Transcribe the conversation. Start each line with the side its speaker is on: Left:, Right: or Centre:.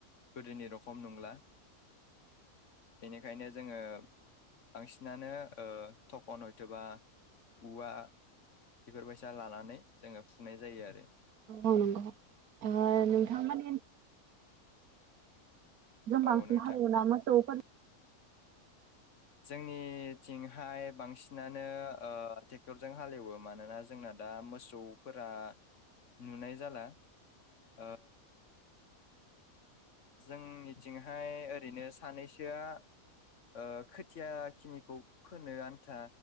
Left: गोदोनि रखम नंला बेनिखायनो जोङो बांसिनानो थखन हयथबा औवा बेफोरबायसा लानानै जोङो फुनाय जायो आरो
Right: औ नंगौ ओ नोंथां
Left: औ
Right: मोननि बांसिन
Left: औ नोंथां
Right: हालोवोना मोसौफोर
Left: जोंनिथिंहाय बांसिनानो ओ टेक्टरजों हालेवो मानोना जोंना दा मोसौफोरा ओ नुनाय जाला आ जोंनिथिंहाय ओरैनो सानैसोआ ओ खोथिया खिनिखौ फोनो आन्था